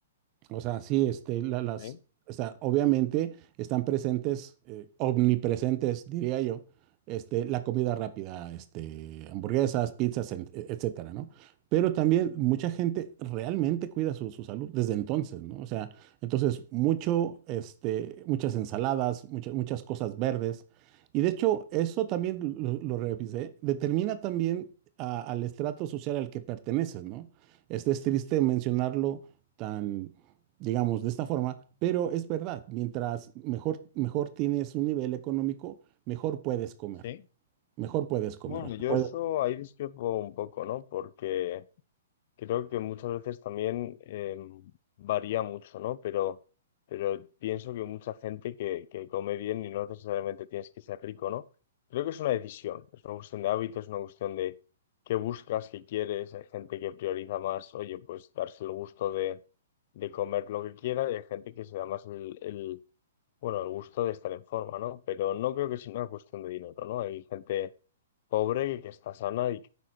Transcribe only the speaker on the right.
O sea, sí, este, la- las,
o sea, obviamente están presentes, eh, omnipresentes, diría yo, este, la comida rápida, este, hamburguesas, pizzas, en- e- etcétera, ¿no? Pero también mucha gente realmente cuida su, su salud desde entonces, ¿no? O sea, entonces mucho, este, muchas ensaladas, muchas, muchas cosas verdes. Y de hecho, eso también lo, lo revisé, determina también a- al estrato social al que perteneces, ¿no? Este es triste mencionarlo tan digamos, de esta forma, pero es verdad, mientras mejor, mejor tienes un nivel económico, mejor puedes comer,
mejor puedes comer.
o sea,
puede-